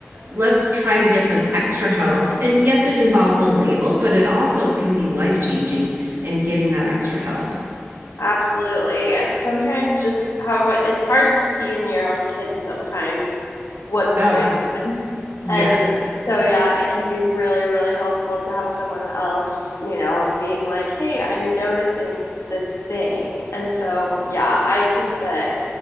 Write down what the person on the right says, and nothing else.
let's try to get them extra help. And yes, it involves a label, but it also can be life-changing in getting that extra help.
Oh,
yes.